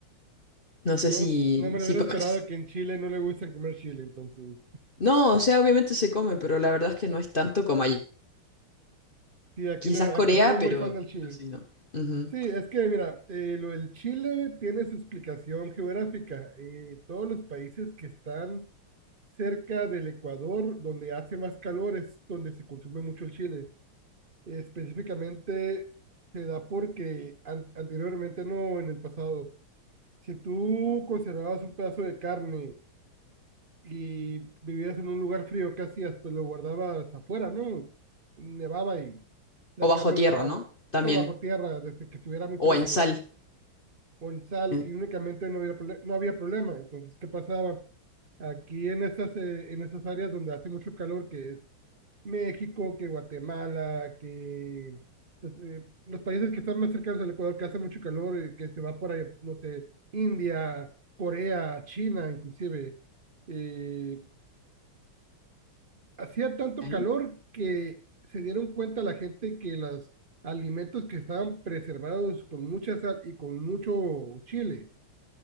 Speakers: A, on the left; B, on the right.
A: No sé
B: No,
A: si,
B: no me lo
A: si
B: hubiera
A: comes...
B: esperado que en Chile no le gusten comer chile, entonces.
A: No, o sea, obviamente se come, pero la verdad es que no es tanto como allí.
B: Sí, aquí,
A: Quizás
B: no,
A: Corea,
B: aquí somos muy
A: pero,
B: fan del chile.
A: pero sí, ¿no? Ujú.
B: Sí, es que mira, eh, lo del Chile tiene su explicación geográfica. Eh, todos los países que están cerca del Ecuador, donde hace más calor, es donde se consume mucho el chile. específicamente se da porque an- anteriormente no, en el pasado, si tú conservabas un pedazo de carne y vivías en un lugar frío, ¿qué hacías? Pues lo guardabas afuera, ¿no? Nevaba y la
A: O bajo
B: carne
A: tierra,
B: duraba,
A: ¿no? También.
B: sí, o bajo tierra, desde que estuviera muy
A: O
B: fresco,
A: en sal.
B: o en sal,
A: En-
B: y únicamente no había, prole- no había problema. Entonces, ¿qué pasaba? Aquí en esas, eh, en esas áreas donde hace mucho calor, que es México, que Guatemala, que pues, eh, los países que están más cercanos al Ecuador, que hace mucho calor, y que se va por ahí, no sé, India, Corea, China, inclusive, eh, hacía tanto
A: ¿Eh?
B: calor que se dieron cuenta la gente que los alimentos que estaban preservados con mucha sal y con mucho chile